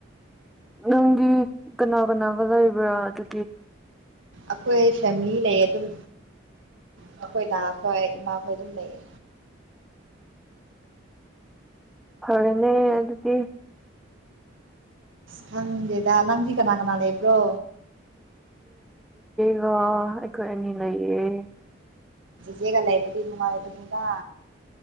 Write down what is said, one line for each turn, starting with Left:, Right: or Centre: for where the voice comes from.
Centre: ꯅꯪꯒꯤ ꯀꯅꯥ ꯀꯅꯥ ꯀꯗꯥꯏꯕꯌꯥꯗ ꯀ
Right: ꯑꯩꯈꯣꯏ ꯐꯦꯃꯤꯂꯤ ꯂꯩꯌꯦ ꯑꯗꯨꯝ ꯑꯩꯈꯣꯏ ꯇꯥꯛꯈꯣꯏ ꯏꯃꯥꯈꯣꯏ ꯑꯗꯨꯝ ꯂꯩꯌꯦ
Centre: ꯐꯅꯦ ꯑꯗꯨꯗꯤ
Right: ꯈꯪꯗꯦꯗ ꯅꯪꯕꯤ ꯀꯅꯥ ꯀꯅꯥ ꯂꯩꯕ꯭ꯔꯣ
Centre: ꯑꯣ ꯑꯩꯈꯣꯏ ꯑꯅꯤ ꯂꯩꯌꯦ
Right: ꯖꯦꯒꯂ ꯑꯦꯕꯗꯤ ꯏꯃ ꯑꯦꯕꯅꯤꯗ